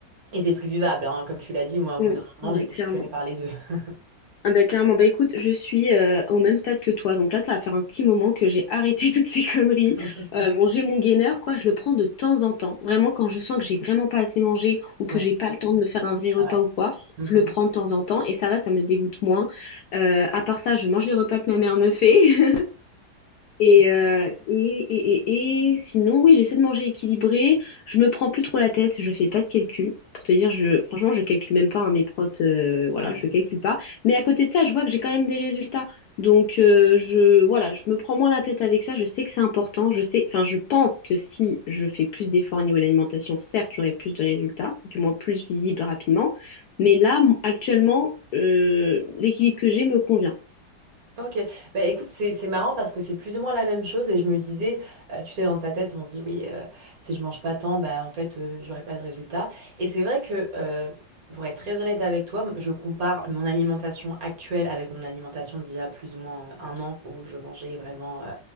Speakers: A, on the right; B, on the left.
A: et c'est plus vivable, hein. Comme tu l'as dit, moi, au
B: Oui,
A: bout
B: oui,
A: d'un moment,
B: oui,
A: j'étais
B: clairement.
A: écœurée par les œufs.
B: Ah bah, clairement, bah écoute, je suis euh, au même stade que toi, donc là ça va faire un petit moment que j'ai arrêté <laughs> toutes ces conneries.
A: <laughs> Oui,
B: Euh, bon, j'ai mon gainer, quoi, je le prends de temps en temps. Vraiment, quand je sens que j'ai vraiment pas assez mangé ou que
A: Oui,
B: j'ai pas le temps de me faire un vrai repas
A: pareil.
B: ou quoi,
A: Mhm.
B: je le prends de temps en temps et ça va, ça me dégoûte moins. Euh, à part ça, je mange les repas que ma mère me fait, <laughs> Et, euh, et, et, et, et sinon, oui, j'essaie de manger équilibré. Je me prends plus trop la tête. Je fais pas de calcul. Pour te dire, je, franchement, je calcule même pas hein, mes protes. euh, voilà,
A: Ah non,
B: je
A: moi non
B: calcule
A: plus.
B: pas. Mais à côté de ça, je vois que j'ai quand même des résultats. Donc, euh, je, voilà, je me prends moins la tête avec ça. Je sais que c'est important. Je sais, enfin, je pense que si je fais plus d'efforts au niveau de l'alimentation, certes, j'aurai plus de résultats, du moins plus visibles rapidement. Mais là, m- actuellement, euh, l'équilibre que j'ai me convient.
A: Ok, bah écoute, c'est c'est marrant parce que c'est plus ou moins la même chose et je me disais, euh, tu sais, dans ta tête, on se dit oui, euh, si je mange pas tant, bah en fait, euh, j'aurai pas de résultat. Et c'est vrai que, euh, pour être très honnête avec toi, m- je compare mon alimentation actuelle avec mon alimentation d'il y a plus ou moins euh, un an où je mangeais vraiment euh,